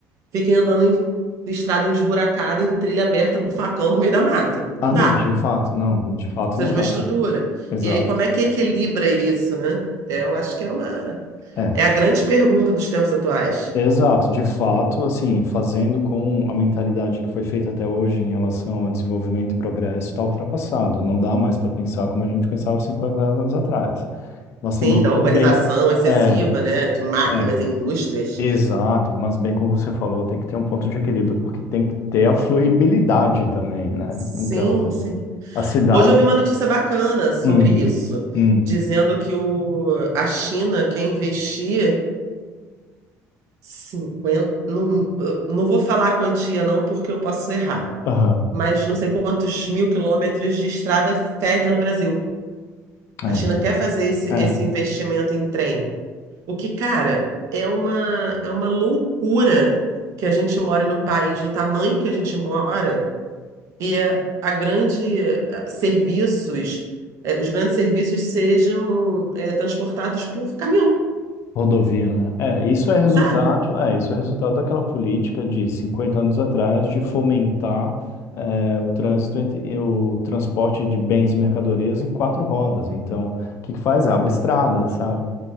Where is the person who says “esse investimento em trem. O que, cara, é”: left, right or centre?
Right